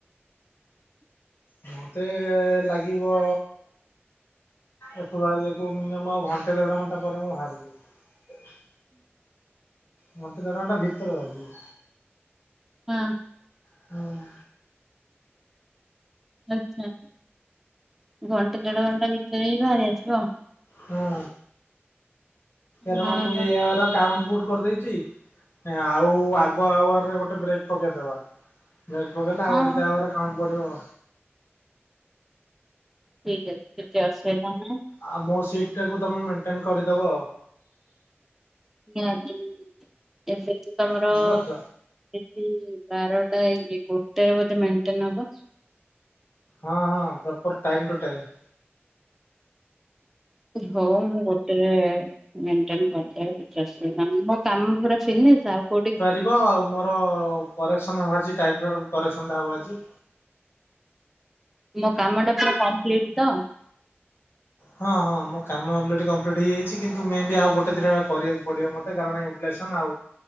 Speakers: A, on the left; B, in the centre.
A: ମତେ ଲାଗିବ ଏଠୁ ବାହାରିବାକୁ ମିନିଅମ ଆଉ ଘଣ୍ଟେ ଦେଢ଼ ଘଣ୍ଟା ପରେ ମୁଁ ହାରିଯିବି। ଘଣ୍ଟେ ଦେଢ଼ ଘଣ୍ଟା ଭିତରେ ବାହାରିଯିବି।
B: ହଁ।
A: ହୁଁ।
B: ଆଛା ଘଣ୍ଟେ ଦେଢ଼ ଘଣ୍ଟା ଭିତରେ ହିଁ ବାହାରି ଆସିବ।
A: ହଁ ଏରଣ
B: ହଁ
A: ମୁ ଇଅର କାଉଣ୍ଟ ବୁଟ୍ କରିଦେଇଛି ଆଉ ଆଗ ଆୱାରରେ ଗୋଟେ ବ୍ରେକ୍ ପକେଇଦବା। ବ୍ରେକ ପକେଇଲେ ଆଉ
B: ହଁ
A: ଦିଟା ଆୱାରର କାଉଣ୍ଟ ବଡ଼ିବ।
B: ଠିକ୍ ଅଛି କିଛି ଅସୁବିଧା ନାହିଁ।
A: ଆଉ ମୋ ସିଟ ଟାକୁ ତମେ ମେଣ୍ଟେନ କରିଦବ।
B: <unintelligible> ଏବେଠୁ ତମର
A: ବୁଝିପାରୁଛ।
B: ସିପି ବାରଟା ହେଇଚି ଗୋଟେରେ ବୋଧେ ମେଣ୍ଟେନ ହବ।
A: ହଁ ହଁ ପ୍ରପର ଟାଇମ ଟୁ ଟାଇମ୍।
B: ହଉ ମୁଁ ଗୋଟେରେ ମେଣ୍ଟେନ କରିଦେବି କିଛି ଅସୁବିଧା ନାହିଁ। କାମ ପୁରା ଛିନେଇଚ ଆଉ କୋଉଠି
A: ରିବ ଆଉ ମୋର କରେକ୍ସନ୍ ହବା ଆଛି ଟାଇମ୍ ଟ କରେକ୍ସନ୍ଟା ହବ ଆଜି।
B: ମୋ କାମଟା ପୁରା କମ୍ପ୍ଲିଟ ତ?
A: ହ <unintelligible> ହଁ ହଁ ମୋ କାମ ଅଲରେଡ଼ି କମ୍ପ୍ଲିଟ୍ ହେଇଯାଇଛି କିନ୍ତୁ ମେ ବି ଆଉ ଗୋଟେ ଦିଟା କରିବାକୁ ପଡ଼ିବ ମତେ କାରଣ ଏ ଲେସନ୍ ଆଉ